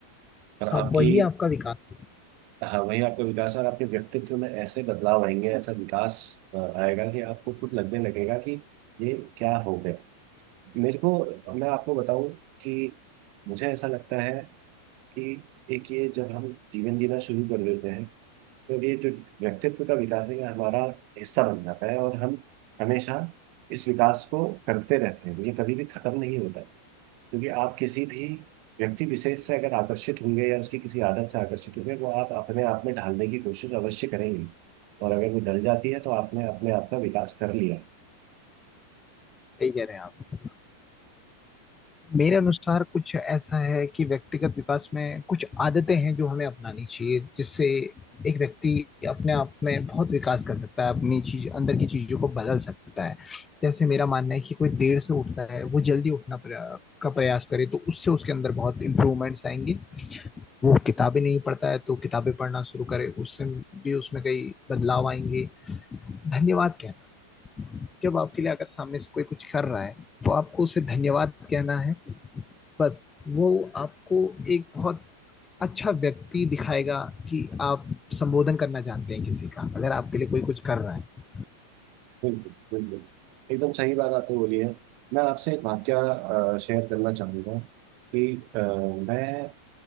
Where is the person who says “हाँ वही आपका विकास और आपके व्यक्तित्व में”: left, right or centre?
Right